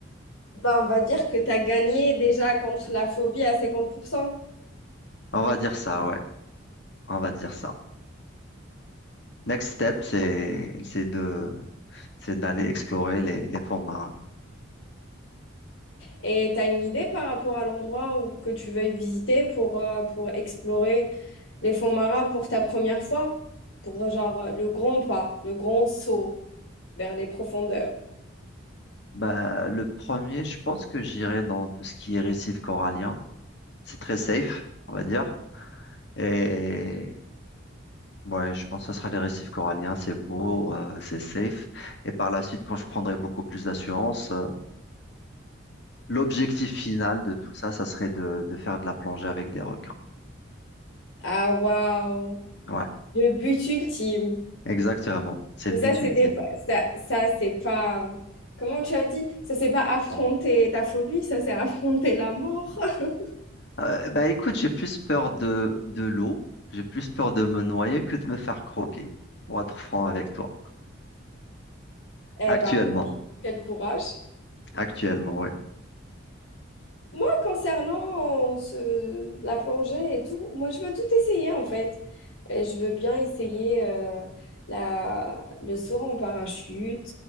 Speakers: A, on the left; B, on the left.
A: ben, on va dire que t'as gagné déjà contre la phobie à 50%.
B: on va dire ça, ouais, on va dire ça. Next step, c'est, c'est de, c'est d'aller explorer les, les fonds marins.
A: Et t'as une idée par rapport à l'endroit où que tu veuilles visiter pour, euh, pour explorer les fonds marins pour ta première fois, pour euh, genre euh, le grand pas, le grand saut vers les profondeurs.
B: Bah, le premier, je pense que j'irai dans tout ce qui est récif corallien. C'est très safe, on va dire. Et Ouais, je pense que ce sera les récifs coralliens, c'est beau, euh, c'est safe. Et par la suite, quand je prendrai beaucoup plus d'assurance, euh, l'objectif final de tout ça, ça serait de, de faire de la plongée avec des requins.
A: Ah, waouh,
B: Ouais,
A: le but ultime.
B: exactement. C'est
A: Mais
B: le but
A: ça, c'est
B: ultime.
A: des... ça, ça c'est pas... Comment tu as dit? Ça, c'est pas affronter ta phobie, ça, c'est affronter la mort. <laughs>
B: Euh, bah écoute, j'ai plus peur de, de l'eau, j'ai plus peur de me noyer que de me faire croquer, pour être franc avec toi.
A: Eh
B: Actuellement,
A: ben, franchement, quel courage.
B: actuellement, ouais.
A: Moi, concernant ce- la plongée et tout, moi, je veux tout essayer en fait. Et je veux bien essayer euh, la, le saut en parachute,